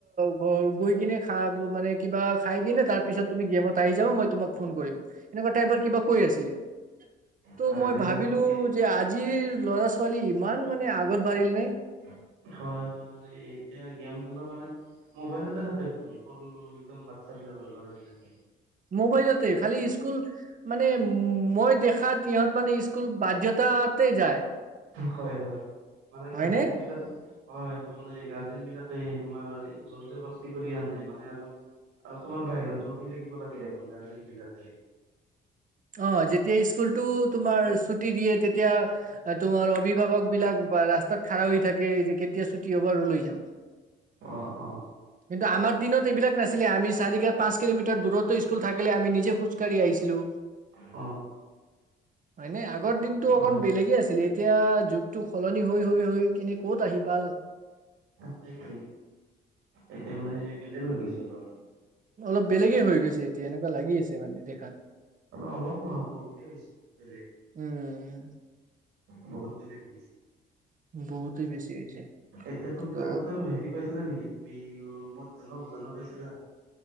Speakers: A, on the right; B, on the right.
A: ঘৰ গৈ কিনে খাব মানে কিবা খাই কি নে তাৰ পিছত তুমি গেমত আহি যাবা মই তোমাক ফোন কৰিম এনেকুৱা টাইপৰ কিবা কৈ আছিলে। তো
B: তাৰমানে
A: মই ভাবিলো যে আজি ল'ৰা ছোৱালী ইমান মানে আগত বাঢ়িল নে
B: অ, হয়, হয়, মানে এতিয়া গেম খেলা মানে মোবাইলতে থাকে দেখোন সৰু একদম বাচ্ছা বিলাক ল'ৰাবিলাক
A: মোবাইলতে খালি স্কুল মানে মই দেখাত ইহঁত মানে স্কুল বাধ্যতাত তে যায়
B: হয় হয় মানে
A: হয়নে
B: গাৰ্জেন বিলাক হয় মানে গাৰ্জেন বিলাকে তোমাৰ জোৰ জবস্তি কৰি আ নাই মানে আৰু <unintelligible> আৰু তোমাৰ বাহিৰত ৰখি থাকিব লাগে দেখোন গাৰ্জেন বিলাকে
A: অ যেতিয়া স্কুলতটো তোমাৰ ছুটি দিয়ে তেতিয়া এতিয়া তোমাৰ অভিভাৱক বিলাক বা ৰাস্তাত খাৰা হৈ থাকে যে কেতিয়া ছুটি হ'ব আৰু লৈ যাম
B: অ অ
A: কিন্তু আমাৰ দিনত এইবিলাক নাছিলে আমি চাৰি কে পাঁচ কিলোমিটাৰ দূৰতো স্কুল থাকে আজি কালি আমি নিজে খোজকাঢ়ি আহিছিলো
B: অ
A: হয় ন আগৰ দিনতটো
B: হয়
A: অকন বেলেগে আছিলে এতিয়া যুগটো সলনি হৈ হৈ হৈ কিনে ক'ত আহি পাল
B: সেইটো এতিয়া মানে বেলেগ হৈ গৈছে অলপ
A: অলপ বেলেগে হৈ গৈছে এতিয়া এনেকুৱা লাগি আছে মানে দেখাত
B: অলপ নহ বহতেই বেলেগ
A: উম
B: বহুত <unintelligible>
A: বহুতেই বেছি হৈছে,
B: এতিয়াতো
A: ত'
B: আগতে হেৰি পাইছিলা নেকি তুমি মধ জনা পাইছিলা